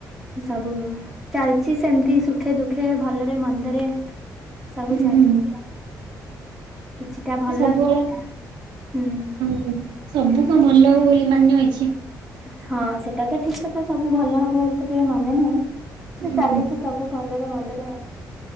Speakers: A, in the centre; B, on the right.
A: ସବୁ ଚାଲଚି ସେମତି ସୁଖେ ଦୁଃଖେ ଭଲରେ ମନ୍ଦରେ। ସବୁ
B: ହୁଁ
A: ଚାଲିଚି
B: ହୁଁ
A: ଆଉ। କିଛିଟା ଭଲ
B: ଏ ସବୁବେଳେ
A: କିଛିଟା ହୁଁ
B: ହୁଁ ସବୁ କଣ ଭଲ ହବ ବୋଲି ମାନେ ଅଛି।
A: ହଁ ସେଟା ତ ଠିକ କଥା ସବୁ ଭଲ ହବ ବୋଲି ତ କେବେ ମାନେ ନାହିଁ ନା
B: ହୁଁ।
A: ଚାଲିଚି ସ୍ ସବୁ ଭଲରେ ମନ୍ଦରେ ଆ